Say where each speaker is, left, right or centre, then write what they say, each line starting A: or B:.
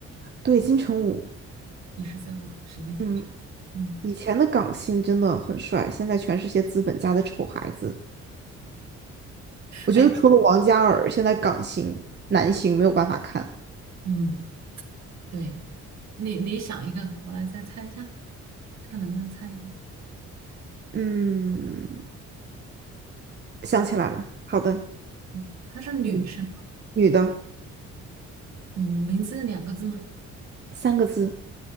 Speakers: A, on the right; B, on the right.
A: 对，金城武。
B: 也是在我审美点上。
A: 嗯。
B: 嗯，
A: 以前的港星真的很帅，现在全是些资本家的丑孩子。我觉得除了王嘉尔，
B: 哎，
A: 现在港星男星没有办法看。
B: 嗯，对你你想一个，我来再猜一下，看能不能猜到。
A: 嗯，想起来了，好的，
B: 嗯，她是女生吗？
A: 嗯，女的，
B: 嗯，名字两个字吗？
A: 三个字，